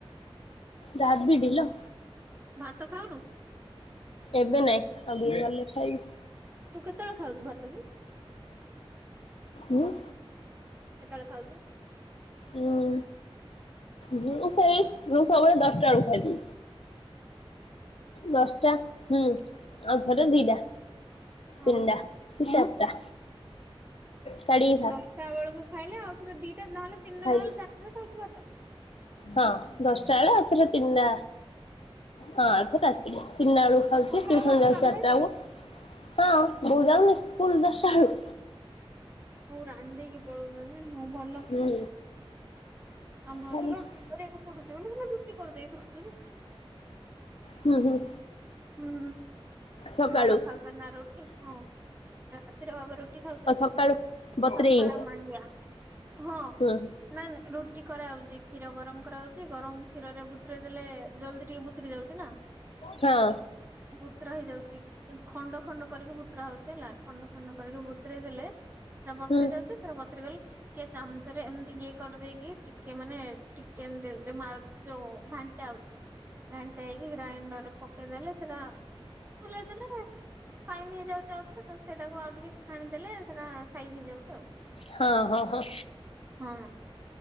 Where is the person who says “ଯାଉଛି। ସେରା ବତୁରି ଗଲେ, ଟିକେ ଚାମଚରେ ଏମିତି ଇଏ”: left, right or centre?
Right